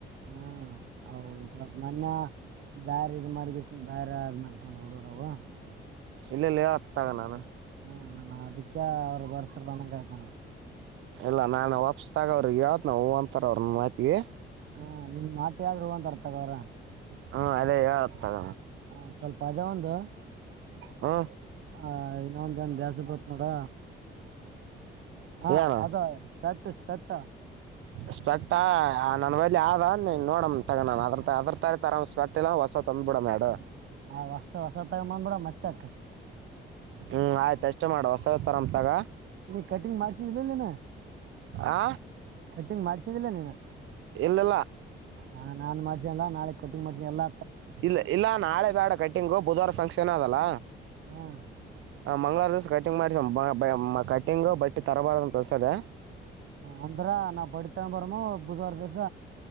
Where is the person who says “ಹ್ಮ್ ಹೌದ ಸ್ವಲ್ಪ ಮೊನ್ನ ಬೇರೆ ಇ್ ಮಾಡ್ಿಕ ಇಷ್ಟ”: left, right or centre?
Right